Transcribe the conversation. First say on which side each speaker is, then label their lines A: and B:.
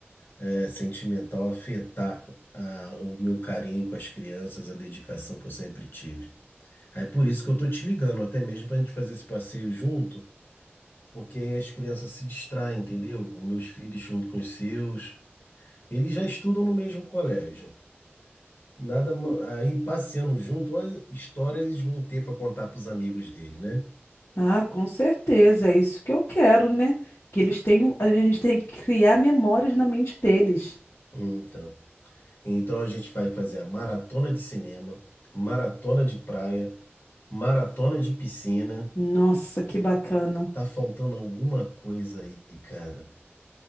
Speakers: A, on the left; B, on the left.
A: eh, sentimental afetar a- o meu carinho com as crianças, a dedicação que eu sempre tive. Aí por isso que eu tô te ligando, até mesmo para a gente fazer esse passeio junto porque aí as crianças se distraem, entendeu? Os meus filhos junto com os seus, eles já estudam no mesmo colégio. Nada, ma- aí passeando junto, olha, histórias eles vão ter para contar para os amigos dele, né?
B: Ah, com certeza, é isso que eu quero, né? Que eles tenham, a gente tem que criar memórias na mente deles.
A: Então, então a gente vai fazer a maratona de cinema, maratona de praia, maratona de piscina.
B: Nossa, que bacana.
A: Tá faltando alguma coisa aí, cara.